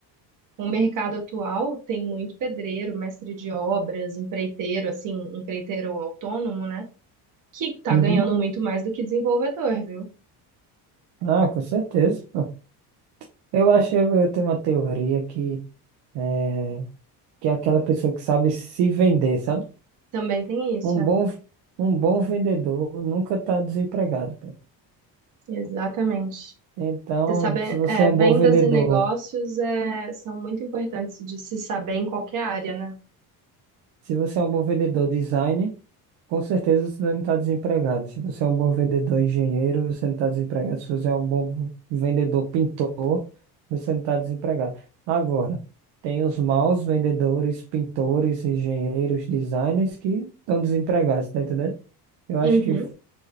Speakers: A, on the right; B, on the right.
A: o mercado atual tem muito pedreiro, mestre de obras, empreiteiro, assim, empreiteiro autônomo, né? Que tá
B: Uhum.
A: ganhando muito mais do que desenvolvedor, viu?
B: Ah, com certeza. pô. Eu acho, eu eu tenho uma teoria que é, que é aquela pessoa que sabe se vender, sabe?
A: Também tem isso,
B: Um
A: é.
B: bom, um bom vendedor nunca está desempregado. pô.
A: Exatamente.
B: Então,
A: Você sabe,
B: se você
A: é,
B: é um
A: vendas
B: bom vendedor,
A: e negócios é, são muito importantes de se saber em qualquer área, né?
B: se você é um bom vendedor design, Com certeza você não está desempregado. Se você é um bom vendedor, engenheiro, você não está desempregado. Se você é um bom vendedor, pintor, você não está desempregado. Agora, tem os maus vendedores, pintores, engenheiros, designers que estão desempregados, tá entendendo? Eu acho
A: Uhum.
B: que,